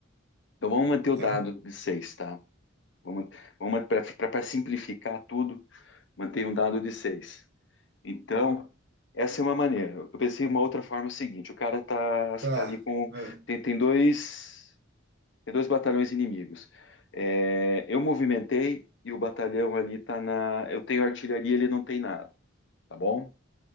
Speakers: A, on the left; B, on the right.
A: Então vamos manter o
B: tá?
A: dado de seis tá? Vamos, vamos para simplificar tudo, manter um dado de seis Então, essa é uma maneira. Eu pensei uma outra forma é o seguinte, o cara tá, você
B: Tá,
A: tá ali com...
B: ah,
A: Tem, tem dois. Tem dois batalhões inimigos. É, eu movimentei e o batalhão ali tá na. Eu tenho artilharia, ele não tem nada, tá bom?